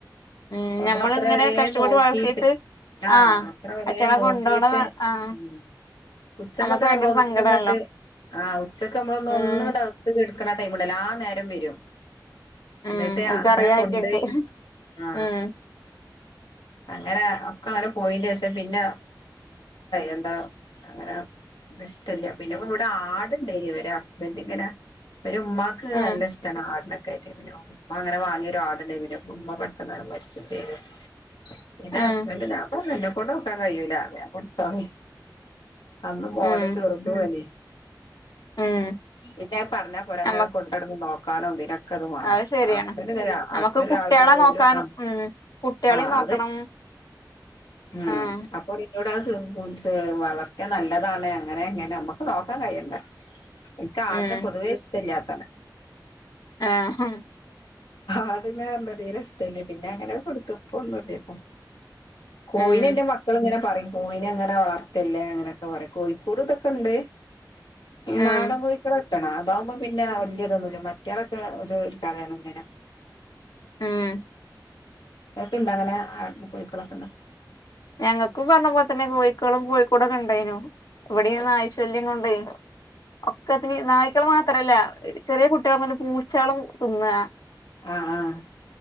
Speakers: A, on the left; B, on the left.
A: ഉം
B: നമ്മ
A: ഞമ്മളിങ്ങനെ
B: അത്രവരേ
A: കഷ്ടപ്പെട്ട്
B: നോക്കിട്ട്
A: വളർത്തിയിട്ട്
B: ആ
A: ആഹ്
B: അത്ര വരേം
A: അയ്റ്റങ്ങളെ
B: നോക്കിട്ട്
A: കൊണ്ടോണ ആഹ്
B: ഉം ഉച്ചക്കൊക്കെ
A: നമ്മക്ക് ഭയങ്കര
B: നമ്മള ഒന്ന
A: സങ്കടാണല്ലോ
B: ഇങ്ങട്ട് ആ് ഉച്ചക്കെ നമ്മളൊന്ന്
A: ഉം
B: ഒന്ന്ങ്ങട്ട് അകത്തക്ക് കടക്കുമ്പോ കണാ ടൈമണ്ടല്ലോ ആ നേരം വരും.
A: ഉം
B: ന്നിട്ട്
A: ഓൽക്കറിയാ
B: അങ്ങനെ കൊണ്ടയി.
A: അയ്റ്റങ്ങക്ക്
B: ആ
A: ഉം
B: അങ്ങനെ ഒക്ക അങ്ങനെ പോയിൻറേഷം പിന്ന എന്താ അങ്ങനെ വടേ ഇഷ്ടല്യാ പിന്നെ ഇപ്പ ഇവിടെ ആടുണ്ടായിനീ. ഇവര ഹസ്ബൻഡ്ങ്ങനെ ഇവരെ ഉമ്മാക്ക്
A: ഉം
B: നല്ല ഇഷ്ടമാണ് ആടിനെ <unintelligible> ഉമ്മ അങ്ങനെ വാങ്ങ്യ ഒരുരാടുണ്ടായിരുന്നു ഇവരെ. ഉമ്മ പെട്ടെന്ന നേര മരിച്ചും ചെയ്തു പിന്നെ
A: ഉം
B: ഹസ്ബൻറ് ലാഭം <unintelligible> ന്നെ കൊണ്ട് നോക്കാൻ കയ്യൂല. അപ്പോ ഞാൻ കൊടുത്തോളിൻ അന്ന് മോനെ
A: ഉം
B: ചെറുതും ആണേ
A: ഉം
B: ഇപ്പ അത് പറഞ്ഞാ പോരാങ്ങനെ
A: നമ്മക്ക്
B: കൊണ്ടടന്ന് നോക്കാനും ഇതിനും ക്കത് വേണം.
A: അത് ശരിയാണ്
B: ഹസ്ബൻഡ് <unintelligible>
A: നമ്മക്ക്
B: ഹസ്ബൻഡ്
A: കുട്ട്യാളെ
B: രാവിലെ തന്നെ <unintelligible>
A: നോക്കാനും ഉം കുട്ട്യാളീം
B: ആ ആ
A: നോക്കണം
B: അത്. ഉം
A: ആഹ്
B: അപ്പോ പറയാ <unintelligible> വളർത്ത്യാ നല്ലതാണ്. അങ്ങനെങ്ങനെ നമ്മക്ക് നോക്കാൻ കയ്യണ്ടേ? എനിക്ക് ആടിനെ
A: ഉം
B: പൊതുവേ ഇഷ്ട ഇല്ലാത്താണ്
A: ആ ഹാ
B: ആട്ങ്ങനെ <unintelligible> തീരെ ഇഷ്ടല്ല്യ. പിന്നെ അങ്ങനെ കൊടുത്തു ഇപ്പ ഒന്നൂല്ല്യാപ്പം. കോയിനെ
A: ഉം
B: ന്റെ മക്കള്ങ്ങനെ പറയും കോയിനെങ്ങനെ വളർത്തല്ലേ? അങ്ങനെയൊക്കെ പറയും. കോഴിക്കൂട് ഇതൊക്കെണ്ട്.
A: ഉം
B: നാടൻ കോയികൂടാ കിട്ടണം അതാകുമ്പോ പിന്നെ വല്യതൊന്നുമില്ല മറ്റയാളൊക്കെ ഒരു തരാണ്ങ്ങനെ
A: ഉം
B: ഇങ്ങക്ക് ഇണ്ടോ അങ്ങനെ ആടും കോഴിക്കളൊക്കെങ്ങനെ?
A: ഞങ്ങക്കും പറഞ്ഞപോലെതന്നെ കോയ്ക്കളും കോയ്ക്കൂടൊക്കെ ഇണ്ടായിനു. വിടെ ഈ നായ് ശല്യം കൊണ്ടേ ഒക്കെത്തിനീം, നായ്ക്കള് മാ ത്രല്ല ചെറിയ കുട്ടിളാവുമ്പോങ്ങനെ പൂച്ചാള് തിന്നാ
B: ആ ആ